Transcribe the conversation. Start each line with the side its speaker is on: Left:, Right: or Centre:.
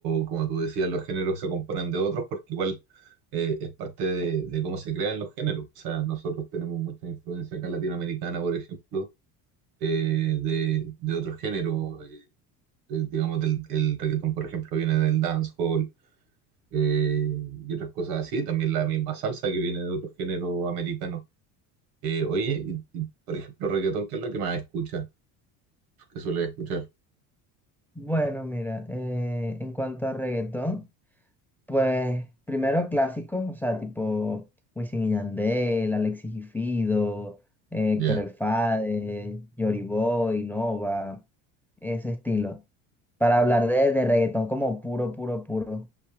Right: como tú decías, los géneros se componen de otros porque igual eh, es parte de, de cómo se crean los géneros. O sea, nosotros tenemos mucha influencia acá latinoamericana, por ejemplo, eh, de, de otros géneros. eh, eh, digamos, del, el reggaetón, por ejemplo, viene del dancehall eh, y otras cosas así. También la misma salsa que viene de otros géneros americanos. Eh, oye, y- y, por ejemplo, reggaetón, ¿qué es lo que más escuchas? ¿Qué sueles escuchar?
Centre: Bueno, mira, eh, en cuanto a reggaetón, pues primero clásicos, o sea, tipo Wisin y Yandel, Alexis y Fido, eh, Héctor
Right: Ya,
Centre: El Fade, Yoriboy, Nova, ese estilo. Para hablar de, de reggaetón como puro, puro, puro.